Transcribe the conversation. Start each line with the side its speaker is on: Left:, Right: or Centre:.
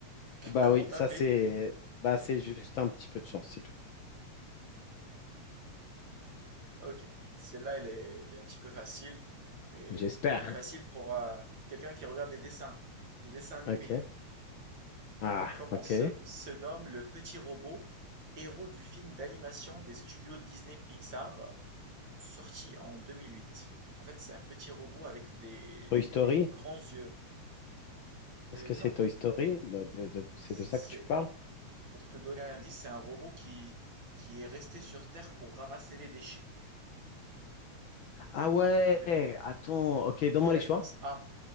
Right: <laughs>
Left: Bah
Right: Comment
Left: oui,
Right: t'as
Left: ça
Right: fait?
Left: c'est bah, c'est juste un petit peu de chance, c'est tout.
Right: Ok. Celle-là, elle est, elle est un petit peu facile, mais
Left: J'espère.
Right: elle est facile pour, euh, pour quelqu'un qui regarde les dessins, les dessins animés.
Left: Ok. Ah,
Right: Comment
Left: ok.
Right: se se nomme le petit robot, héros du film d'animation des studios Disney-Pixar, sorti en 2008? En fait, c'est un petit robot avec des,
Left: Toy Story?
Right: des grands yeux.
Left: Est-ce
Right: Euh,
Left: que
Right: non,
Left: c'est Toy Story? De- de- de- c'est
Right: c'est
Left: de ça que tu parles?
Right: pour te donner un indice, c'est un robot qui, qui est resté sur Terre pour ramasser les déchets.
Left: Ah ouais,
Right: Ré-
Left: attends, ok, donne-moi
Right: réponse
Left: les choix.
Right: A,